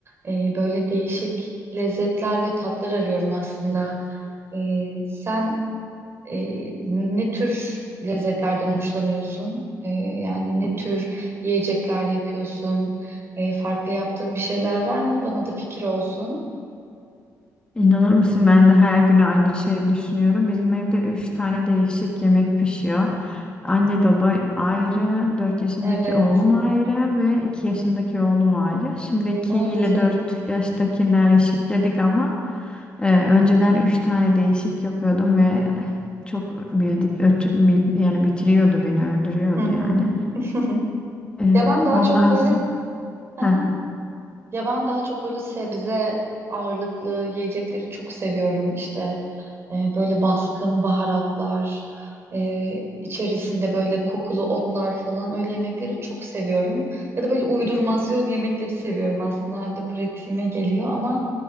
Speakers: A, on the right; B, on the left.
A: E, böyle değişik lezzetler ve tatlar arıyorum aslında. E, sen Ee, ne tür lezzetlerden hoşlanıyorsun? Ee, yani ne tür yiyecekler yapıyorsun? Ee, farklı yaptığın bir şeyler var mı? Bana da fikir olsun.
B: İnanır mısın ben de her gün aynı şeyi düşünüyorum. Bizim evde üç tane değişik yemek pişiyor. Anne baba ayrı, dört yaşındaki
A: Evet,
B: oğlum ayrı ve 2 yaşındaki oğlum ayrı. Şimdi iki
A: maalesef.
B: ile 4 yaştakiler eşitledik ama e, önceden üç tane değişik yapıyordum ve çok bildi, öt- bil- yani bitiriyordu beni, öldürüyordu
A: Hı
B: yani.
A: hı. <laughs>
B: E,
A: Ya ben daha
B: ondan
A: çok böyle
B: sonra... Heh,
A: <laughs> Ya ben daha çok böyle sebze ağırlıklı yiyecekleri çok seviyorum. İşte e, böyle baskın baharatlar, e, içerisinde böyle kokulu otlar falan öyle yemekleri çok seviyorum. Ya da böyle uydurmasyon yemekleri seviyorum aslında. Hem de pratiğime geliyor ama